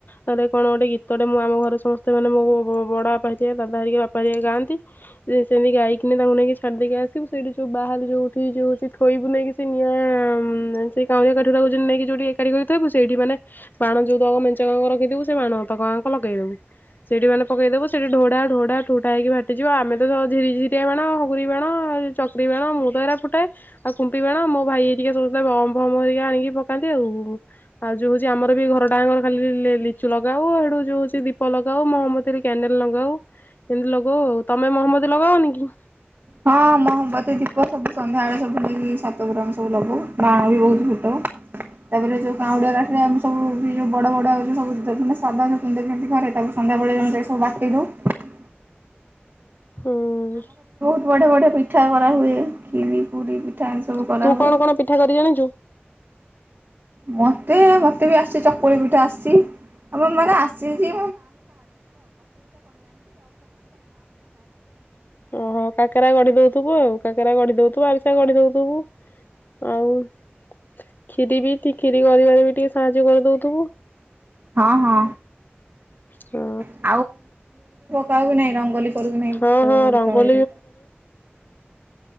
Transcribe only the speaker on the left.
ହେଟା କଣ ଗୋଟେ ଗୀତ ଟେ ମୋ ଆମ ଘରେ ସମସ୍ତେ ମାନେ ମୋ ବ ବଡବାପା ହେରିକା ଦାଦା ହେରିକ ବାପା ହେରିକା ଗାନ୍ତି ସେମତି ଗାଇକିନା ତାଙ୍କୁ ନେଇକି ଛାଡିଦେଇକି ଆସିବୁ ସେଇଠି ଜଉ ବାହାଲି ଯଉଠି ଜଉ ହଉଚି ଥୋଇବୁ ନେଇକି ସେ ନିଆଁ ସେଇ କାଉଁଆ କାଠିଠା ନେଇକି ଯଉଠି ଏକାଠି କରିକି ଥୋଇବୁ ସେଇଠି ମାନେ ବାଣ ଜଉ ତକ ମେଞ୍ଚାକ ରଖିଥିବୁ ସେଇ ବାଣ ତକ ଆଙ୍କ ଲଗେଇ ଦବୁ ସେଇଠି ମାନେ ପକେଇ ଦବୁ ସେଇଠି ଢୋ ଢା ଢୋ ଢା ଠୋ ଠା ହେଇକି ଫାଟି ଯିବ ଆମେତ କେବଳ ଝିରିଝିରୀଆ ବାଣ ହାଗୁରି ବାଣ ଚକିରି ବାଣ ମୁଁ ତ ହେଇରା ଫୁଟାଇ ଆଉ କୁ ମ୍ପି ବାଣ ମୋ ଭାଇ ହେରୀକା ସବୁ ବମ ଫମ ହେରୀକା ଆଣିକି ପକାନ୍ତି ଆଉ ଆଉ ଯୋଉ ହଉଛି ଆମର ବି ଘରଟାଙ୍କର ଖାଲି ଲିଚୁ ଲଗାଉ ଆଠୁ ଯୋଉ ହଉଛି ଦୀପ ଲଗାଉ ମହମଦୀରେ କ୍ୟାଣ୍ଡେଲ ଲଗାଉ ଏମିତି ଲଗାଉ ଆଉ ତମେ ମହମ୍ମଦତି ଲଗାନି କି?
ହଁ।
<unintelligible>
<unintelligible>
ହଁ
ହଁ
ହଁ
ରଙ୍ଗ